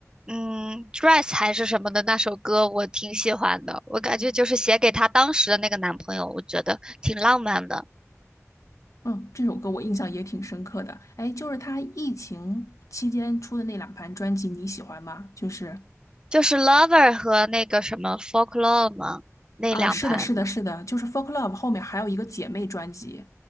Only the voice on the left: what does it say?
嗯，这首歌我印象也挺深刻的。哎，就是他疫情期间出的那两盘专辑，你喜欢吗？就是
啊，是的，是的，是的，就是《Folk Love》后面还有一个姐妹专辑，